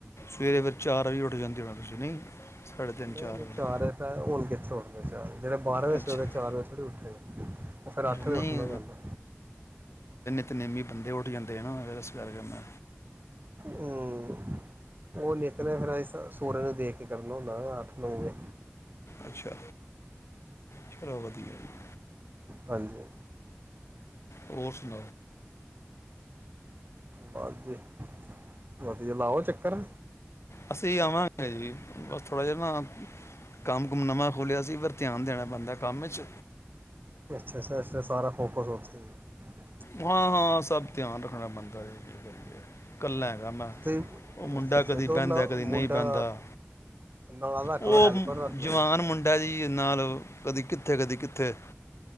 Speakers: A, on the left; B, on the right.
A: ਸਵੇਰੇ ਫਿਰ ਚਾਰ ਵਜੇ ਉੱਠ ਜਾਂਦੇ ਤੁਸੀਂ ਨਹੀਂ ਸਾਢੇ ਤਿੰਨ
B: ਨਹੀਂ ਨਹੀਂ
A: ਵਜੇ
B: ਚ ਰਿਹਾ ਤਾਂ ਹੁਣ ਕਿਥੇ ਸੌਦੇ ਚਾਰ। ਸਵੇਰੇ ਬਾਰਾ ਵਜੇ
A: ਅੱਛਾ ਅੱਛਾ,
B: ਫਿਰ ਚਾਰ ਵਜੇ ਉੱਠੇ। ਫਿਰ ਅੱਠ
A: ਨਹੀਂ
B: ਵਜੇ ਉੱਠਣਾ ਪੈਂਦਾ
A: ਨਿਤਨੇਮ ਬੰਦੇ ਉੱਠ ਜਾਂਦੇ ਨੇ।
B: ਹੂ ਉਹ ਨਿਤਨੇਮ ਰਾਈ ਸੂਰਜ ਨੂੰ ਦੇਖ ਕੇ ਕਰਨਾ ਹੁੰਨਾ ਅੱਠ ਨੌ ਵਜੇ
A: ਅੱਛਾ। ਚਲੋ ਵਧੀਆ ਜੀ
B: ਹਾਂਜੀ।
A: ਹੋਰ ਸੁਣਾਓ।
B: ਵਾਦੀ ਵਧੀਆ ਲਾਓ ਚੱਕਰ।
A: ਅਸੀਂ ਆਵਾਂਗੇ ਜੀ ਬਸ ਥੋੜਾ ਜਿਹਾ ਨਾ ਕੰਮ ਕੁਮ ਨਵਾਂ ਖੋਲਿਆ ਸੀ ਫੇਰ ਧਿਆਨ ਦੇਣਾ ਪੈਂਦਾ ਕੰਮ ਵਿਚ
B: ਅੱਛਾ ਅੱਛਾ ਇਸ ਲਈ ਸਾਰਾ ਫੋਕਸ ਉਥੇ ਅਤੇ
A: ਹਾਂ ਹਾਂ ਸਭ ਧਿਆਨ ਰੱਖਣਾ ਪੈਂਦਾ ਹੈ ਕਲੇ ਕਰਕੇ ਕਲਾ ਆ।
B: ਤੁਸੀਂ
A: ਉਹ ਮੁੰਡਾ
B: ਅੱਛਾ ਅੱਛਾ
A: ਕਦੀ
B: ਤੇ ਉਹ
A: ਬਹਿੰਦਾ ਕਦੀ
B: ਮੁੰਡਾ
A: ਨਹੀਂ ਬਹਿੰਦਾ।
B: ਨਾਲ ਰੱਖ
A: ਉਹ
B: ਲਓ ਹੈਲਪਰ ਰੱਖ
A: ਜਵਾਨ
B: ਲਓ
A: ਮੁੰਡਾ ਜੀ ਨਾਲ ਕਦੀ ਕਿੱਥੇ ਕਦੀ ਕਿੱਥੇ। ਤੇ